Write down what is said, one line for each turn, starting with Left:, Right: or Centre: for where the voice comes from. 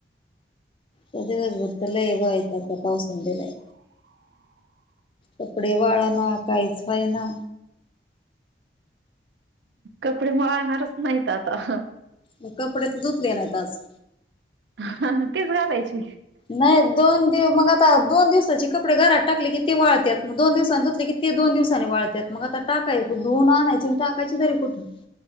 Left: दिवसभर तर लय वैताग त्या पावसानं दिलाय. कपडे वाळना काहीच व्हयना
Right: कपडे मळणारच नाहीत आता.
Left: मग कपडे तर धुतले नाहीत आज.
Right: हा तेच घालायचे.
Left: नाही दोन दिव मग आता दोन दिवसाचे कपडे घरात टाकले कि ते वाळत्यात मग दोन दिवसानी धुतले की ते दोन दिवसांनी वाळतात मग आता टाकाय धून आणायची आणि टाकायची तरी कुठून?